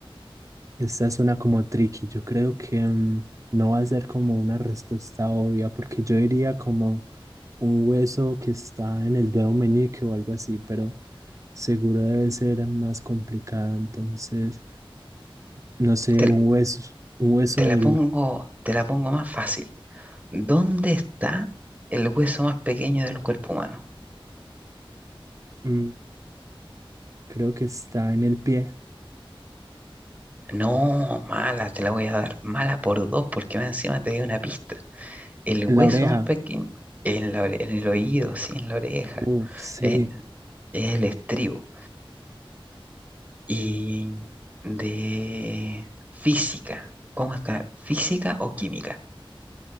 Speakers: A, on the right; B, on the right.
A: Esta suena como tricky. Yo creo que mm, no va a ser como una respuesta obvia, porque yo diría como un hueso que está en el dedo meñique o algo así, pero seguro debe ser más complicada. Entonces, no sé,
B: Te,
A: un hueso, un hueso
B: te
A: del,
B: la pongo, te la pongo más fácil. ¿Dónde está el hueso más pequeño del cuerpo humano?
A: mm, creo que está en el pie,
B: No, mala, te la voy a dar. Mala por dos, porque más encima te di una pista. El
A: en
B: hueso
A: la oreja.
B: más pequeño en la ore- en el oído, sí, en la oreja,
A: Uf, sí.
B: eh, es el estribo. Y de física, ¿cómo está? ¿Física o química?